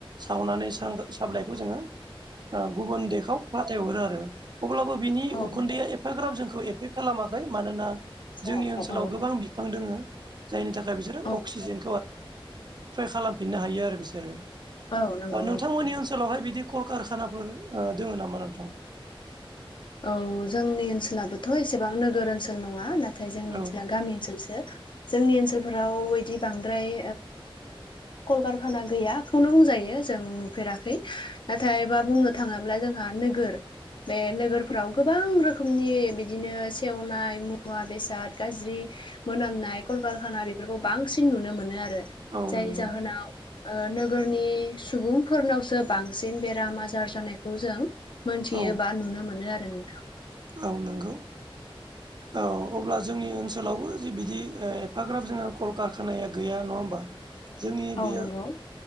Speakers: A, on the right; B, on the left.
A: सावनानै साबलाइखौ जोंङो गुबुन देखाव फ फाथायहरो आरो अब्लाबो बिनि
B: औ
A: उखुन्दैआ
B: नंगौ
A: एफाग्राब जोंखौ एफेक्ट खालामाखै मानोना जोंनि
B: अ अ
A: ओनसोलाव गोबां बिफां दोङो जायनि थाखाय बिसोर
B: औ
A: अक्सिजेन खालाम हायो बिसोर
B: औ नंगौ
A: नोंथां ओनसोलावहाय बिदि कलकारखानाफोर दंङो नामा नोंथां
B: औ जोंनि ओनसोलाबोथ' एसेबां नोगोर ओ ओनसल नंङा नाथाय जोंनि
A: औ
B: ओनसोला गामि ओनसोलसो जोंनि ओनसोलफोराव बांद्राय कलकारखाना गैयाखौनो बुंजायो जों नुफेराखै नाथाय बा बुंनो। थांङोब्ला जोंहा नोगोर बे नोगोर फोराव गोबां रोखोमनि बिदिनो सेवनाय मुवा बेसाद गाज्रि मोनामनाय कलकारखाना बेफोरखौ बांसिन नुनो मोनो आरो
A: औ
B: जायनि
A: नंगौ
B: जाहोनाव। ओ नोगोरनि सुबुंफोरनावसो बांसिन बेराम आजार जानाय खौ जों मोनथियो
A: औ
B: बा नुनो मोनो आरो नोंथां।
A: औ नंगौ औ अब्ला जोंनि ओनसोल ओनसोलावबो जि बिदि एफाग्राब जोङो कलकारखानाया गैया नङा होमबा। जोंनि
B: औ
A: बे
B: नंगौ